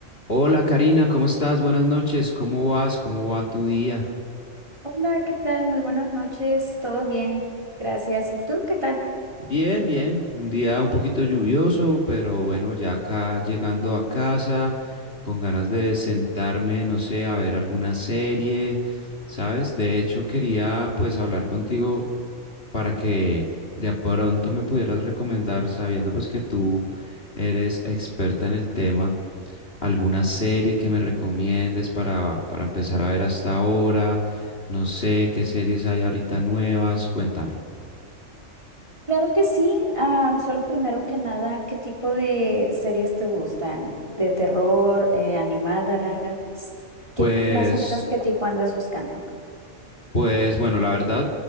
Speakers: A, on the left; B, on the right.
A: Hola Karina, ¿cómo estás? Buenas noches, ¿cómo vas? ¿Cómo va tu día?
B: Hola, ¿qué tal? Muy buenas noches, todo bien, gracias. ¿Y tú qué tal?
A: Bien, bien, un día un poquito lluvioso, pero bueno, ya acá llegando a casa, con ganas de sentarme, no sé, a ver alguna serie, ¿sabes? De hecho, quería pues hablar contigo para que de pronto me pudieras recomendar, sabiendo pues que tú eres experta en el tema. alguna serie que me recomiendes para, para empezar a ver hasta ahora. No sé qué series hay ahorita nuevas, cuéntame.
B: Claro que sí, ah, solo primero que nada, ¿qué tipo de series te gustan? ¿De terror, eh, animadas? ¿Qué
A: Pues,
B: más o menos qué tipo andas buscando?
A: pues bueno, la verdad,